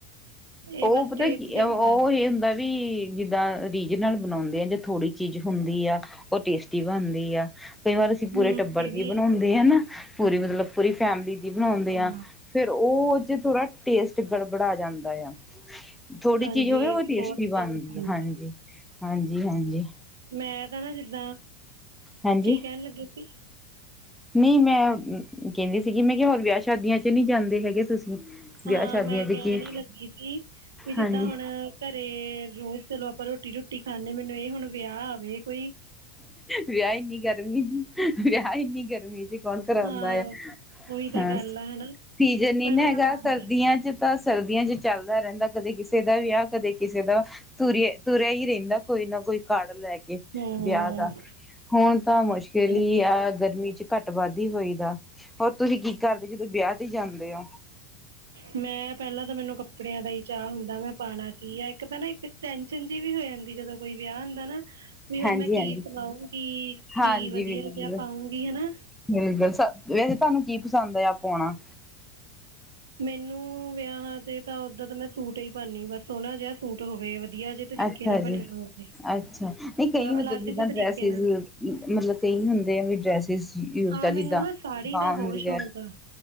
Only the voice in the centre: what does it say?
ਉਹ
ਪਤਾ
ਕੀ
ਉਹ
ਇਹ ਹੁੰਦਾ। ਵੀ ਜਿੱਦਾਂ ਰੀਜਨਲ ਬਣਾਦੇ ਆ ਜਾਂ ਥੋੜੀ ਚੀਜ਼ ਹੁੰਦੀ ਆ, ਉਹ ਟੇਸਟੀ ਬਣਦੀ ਆ। ਕਈ ਵਾਰ ਅਸੀਂ
ਪੂਰੇ ਟੱਬਰ
ਦੀ
ਬਣਾਦੇ ਆ, ਨਾ ਪੂਰੀ ਮਤਲਬ ਪੂਰੀ ਫੈਮਿਲੀ ਬਣਾਦੇ ਆ
ਫੇਰ, ਉਹ ਚ ਥੋੜਾ ਟੇਸਟ ਗੜਬੜ ਆ ਜਾਂਦਾ ਆ। ਥੋੜੀ
ਚੀਜ਼ ਹੋਵੇ, ਉਹ
ਦੇਸ਼ਟੀ
ਬਣਦੀ
ਹੈ, ਹਾਂਜੀ-ਹਾਂਜੀ-ਹਾਂਜੀ।
ਹਾਂਜੀ
ਨਹੀਂ ਮੈਂ ਕਹਿੰਦੀ ਸੀਗੀ, ਮੈਂ ਕਿਹਾ ਹੋਰ ਵਿਆਹ ਸ਼ਾਦੀਆਂ ਚ ਨਹੀਂ ਜਾਂਦੇ ਹੈਗੇ ਤੁਸੀਂ। ਵਿਆਹ
ਸ਼ਾਦੀਆਂ
ਚ
ਕੀ
ਹਾਂਜੀ।
ਵਿਆਹ ਇੰਨੀ ਗਰਮੀ ਵਿਆਹ ਇੰਨੀ ਗਰਮੀ ਚ ਕੌਣ ਕਰਾਦਾ
ਆ
ਹਾਂ,
ਸੀਜਨ ਨ
ਨਾ
ਹੈਗਾ
ਸਰਦੀਆਂ
ਚ ਤਾਂ ਸਰਦੀਆਂ ਚ ਚੱਲਦਾ ਰਹਿੰਦਾ, ਕਦੇ ਕਿਸੇ ਦਾ ਵਿਆਹ ਕਦੇ ਕਿਸੇ ਦਾ ਤੁਰਿਆ ਤੁਰਿਆ ਹੀ ਰਹਿੰਦਾ ਕੋਈ ਨਾ। ਕੋਈ ਘੜ ਲੈ ਕੇ
ਵਿਆਹ ਦਾ ਹੁਣ ਤਾਂ ਮੁਸ਼ਕਿਲ
ਹੀ ਆ ਗਰਮੀ ਘੱਟ ਵੱਧੀ ਹੋਈ ਦਾ ਹੋਰ ਤੁਸੀਂ ਕੀ ਕਰਦੇ ਜਦੋਂ ਵਿਆਹ ਤੇ ਜਾਂਦੇ ਹੋ।
ਹਾਂਜੀ
ਹਾਂਜੀ
ਹਾਂਜੀ
ਬਿਲਕੁਲ
ਬਿਲਕੁਲ ਸ ਵੈਸੇ ਤੁਹਾਨੂੰ ਕੀ ਪਸੰਦ ਆ ਆਣਾ।
ਅੱਛਾ
ਜੀ
ਅੱਛਾ ਨਹੀਂ ਕਈ ਮਤਲਬ
ਜਿੱਦਾਂ
ਡਰੈਸਿਸ
ਮਤਲਬ ਕਈ ਹੁੰਦੇ ਆ ਵੀ, ਡਰੈਸਿਸ ਯੂਜ
ਕਰ
ਜਿੱਦਾਂ
ਬਾ
ਵਗੈਰਾ।